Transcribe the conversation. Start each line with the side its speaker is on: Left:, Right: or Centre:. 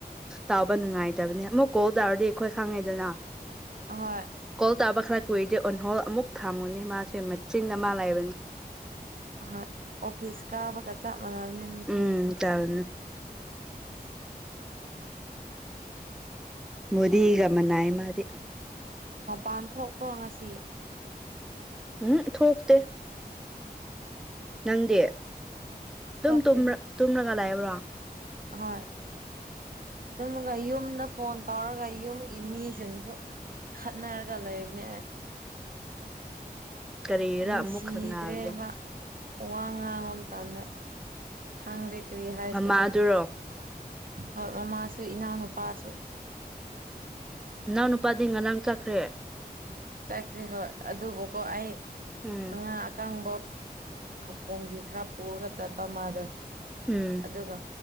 Centre: ꯇꯥꯕ ꯅꯨꯡꯉꯥꯏꯇꯕꯅꯦ ꯑꯃꯨꯛ ꯀꯣꯜ ꯇꯥꯔꯗꯤ ꯑꯩꯈꯣꯏ ꯈꯥꯡꯉꯦꯗꯅ
Right: ꯑꯍꯣꯏ
Centre: ꯀꯣꯜ ꯇꯥꯕ ꯈꯔ ꯀꯨꯏꯔꯗꯦꯤ ꯑꯣꯟꯍꯣꯜ ꯑꯃꯨꯛ ꯊꯝꯃꯨꯅꯤ ꯃꯥꯁꯦ ꯃꯆꯤꯟ ꯑꯃ ꯂꯩꯕꯅꯤ
Right: ꯍꯣꯏ ꯑꯣꯐꯤꯁ ꯀꯥꯕꯒ ꯆꯞ ꯃꯥꯟꯅꯕꯅꯤ
Centre: ꯎꯝ ꯇꯧꯕꯅꯤ
Right: <unintelligible>
Centre: ꯃꯣꯗꯤꯒ ꯃꯅꯩ ꯃꯥꯗꯤ
Right: ꯃꯄꯥꯟ ꯊꯣꯛꯄ꯭ꯔꯣ ꯉꯁꯤ
Centre: ꯎꯝ ꯍꯝꯊꯣꯛꯇꯦ ꯅꯪꯗꯤ ꯑꯗꯨꯝ
Right: ꯊꯣꯛꯇꯦ
Centre: ꯇꯨꯝ ꯇꯨꯝꯔꯒ ꯂꯩꯕ꯭ꯔꯣ
Right: ꯍꯣꯏ ꯇꯨꯝꯃꯒ ꯌꯨꯝꯗ ꯐꯣꯟ ꯇꯧꯔꯒ ꯌꯨꯝꯒꯤ ꯃꯤꯖꯤꯡꯁꯨ ꯈꯠꯅꯔꯒ ꯂꯩꯕꯅꯦ ꯑꯩ꯫
Centre: ꯀꯔꯤꯒꯤꯔ
Right: ꯅꯨꯡꯁꯤꯗ꯭ꯔꯦꯕ꯫
Centre: ꯑꯃꯨꯛ ꯈꯪꯅꯒꯦ
Right: ꯋꯥ ꯉꯥꯡꯕ ꯃꯇꯝꯗ ꯈꯪꯗꯦ ꯀꯔꯤ ꯍꯥꯏꯁꯤꯔ꯫
Centre: ꯃꯃꯥꯗꯨꯔꯣ
Right: ꯍꯣꯏ ꯃꯃꯥꯁꯨ ꯏꯅꯥꯎꯅꯨꯄꯥꯁꯨ꯫
Centre: ꯏꯅꯥꯎ ꯅꯨꯄꯥꯗꯤ ꯉꯔꯥꯡ ꯆꯠꯈ꯭ꯔꯦ꯫
Right: ꯆꯠꯈ꯭ꯔꯦ ꯍꯣꯏ ꯑꯗꯨꯕꯨꯀꯣ ꯑꯩ
Centre: ꯎꯝ
Right: ꯉꯥ ꯑꯀꯪꯕ ꯈꯧꯄꯨꯝꯒꯤ ꯈꯔ ꯄꯨꯔꯒ ꯆꯠꯄ ꯃꯥꯗꯣ
Centre: ꯎꯝ꯫
Right: ꯑꯗꯨꯒ